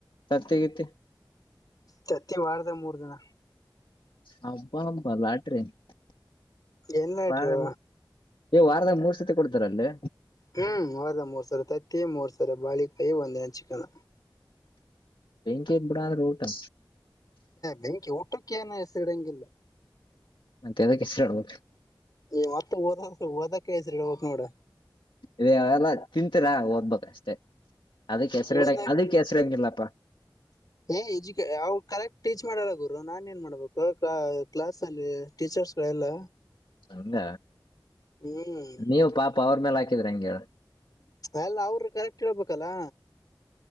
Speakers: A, on the left; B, on the left.
A: ತ್ತತಿಗಿತಿ
B: ಪ್ರತಿ ವಾರದ ಮೂರ್ ದಿನ
A: ಹಬ್ಬಾ ಅಬಾ ಲಾಟ್ರಿ <unintelligible>
B: ಎಲ್ಲ
A: ಬಳ
B: ಇಟ್ರು
A: ವಾರದಾಗ ಮೂರು ಸತಿ ಕೊಡ್ತಾರ ಅಲ್ಲಿ
B: ಹ್ಮ್ ವಾರದ ಮೂರ್ ಸರ ತತ್ತಿ ಮೂರ್ ಸರ ಬಾಳಿಕಾಯಿ ಒಂದಿನ ಚಿಕನ್
A: ಬೆೆಂಕಿ <inaudible>
B: ಬೆಂಕಿ ಒಟ್ಟಟಕ್ಕ ಏ ಹೆಸರಿಡಂಗಿಲ್ಲ
A: <unintelligible> ಹೆಸರುಾಡ್ಬೋ
B: ಈ ಮತ್ತತ್ ಓದ ಓದಕ್ಕೆ ಹೆಸರಿ ಹೋಗಕ್ ನೋಡ
A: ರೇ ಅವೆಲ್ಲ ತಿಂತೀರಾ ಓದ್ಬೇಕ ಅಷ್ಟೇ ಅದಕ್ಕೆ ಹೆಸರಿಡ
B: ಓದಕ್
A: ಅದಕ್ಕೆ ಹೆಸರಿ ಆಂಗಿಲ್ಲಪ್ಪಾ
B: ಏ ಎಜುಕ ಅವ್ ಕರೆಕ್ಟ್ ಟೀಚ್ ಮಾಡಲ್ಲ ಗುರು ನಾನನ್ ಏನ್ ಮಾಡ್ಬೇಕು ಕ್ಲಾಸ್ ಅಲ್ಲಿ ಟೀಚರ್ಸ್ಗಳೆಲ್ಲ
A: ಹಂಗ
B: ಹ್ಮ್
A: ನೀವು ಪಾಪ ಅವ್ರ ಮೇಲೆ ಹಾಕಿದ್ರಿ ಹೆಂಗ ಹೇಳ
B: ಅಲ್ಲ ಅವರು ಕರೆಕ್ಟ್ ಹೇಬೇಕಲ್ಲಾ